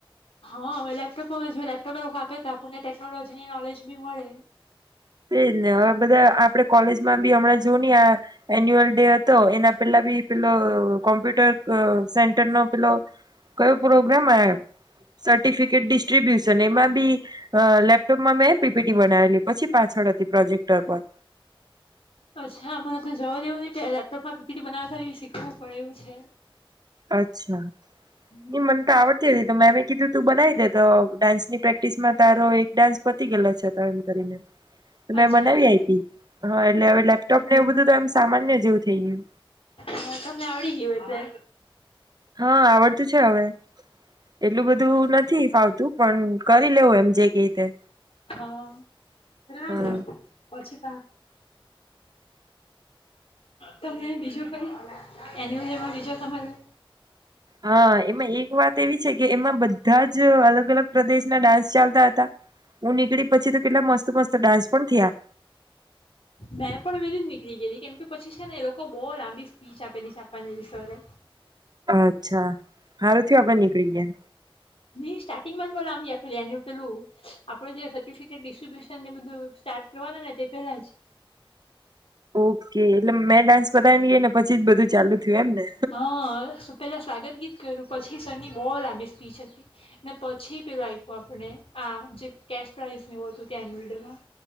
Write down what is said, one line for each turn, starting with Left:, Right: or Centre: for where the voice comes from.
Left: હા હ લેપટોપમાં લેપટોપ એ લોકો આપે તો આપણને ટેકનોલોજી ની નોલેજ ભી મળે
Right: તેજ ને હવે બધા આપડે કોલેજમાં બી હમણાં જો ન આ એન્યુઅલ ડે હતો એના પેલા બી પેલો કોમ્પ્યુટર સેન્ટર નો પેલો કયો પ્રોગ્રામ આ સર્ટિફિકેટ ડિસ્ટ્રીબ્યુશન એમાં બી લેપટોપમાં મેં પીપીટી બનાવેલી પછી પાછળ હતી પ્રોજેક્ટ પર
Left: અચ્છા મને તો જવા દેવું નહ લેપટોપમાંીપીટી બનાવવા એ શીખવું પડેું છે
Right: અચ્છા
Left: હમ
Right: નિમ્ંત આવત તો મેમે કીધું તું બનાવી દે તો ડાન્સની પ્રેક્ટિસ માં તારો એક ડાન્સ પતી ગેલો છે તો એમ કરીને મે
Left: અચ્છા
Right: બનાવી આપી હા એટલે હવે લેપટોપ ને એવું બધુંમ સામાન્ય જેવું થઈ એમ
Left: હા તમને આવડી ગય હોય તે
Right: હા આવડતું છે હવે. એટલું બધું નથી ફાવતું. પણ કરી લેવું એમ જે કે <inaudible>
Left: હા રાની
Right: હા
Left: પછી તમે બીજું કઈ એનું લેવા બીજો તમારે
Right: હા એમાં એક વાત એવી છે કે એમાં બધા જ અલગ અલગ પ્રદેશના ડાન્સ ચાલતા હતા હું નીકળી પછી તો કેટલા મસ્ત મસ્ત ડાન્સ પણ થયા.
Left: મેં પણ વેલી જ નીકળી ગયેલી કેમ કે પછી છે ને એ લોકો બહુ લાંબી સ્પીચ આપેલી છાપવાની સરે
Right: અચ્છા હારું થયું આપડે નીકળી ગયા.
Left: નઈ સ્ટાર્ટિંગમાં જ બોલો આમ પે એનું પેલું આપડે જે સર્ટિફિકેટ ડિસ્ટ્રીબ્યુશનને બધું સ્ટાર્ટ કરવાનું ને તે પેલા જ
Right: ઓકે એટલે મેં ડાન્સ બતાવી ગયાને પછી જ બધું ચાલુ થયું એમ ને.
Left: હા, સુ પહેલા સ્વાગત ગી કર્યું પછી સરની બહુ લાંબી સ્પીચ હતી, ને પછી પેલું આપ્યું આપણને, આ જે કેશ પ્રાઇઝ એવું હતું એન્યુઅલડેમાં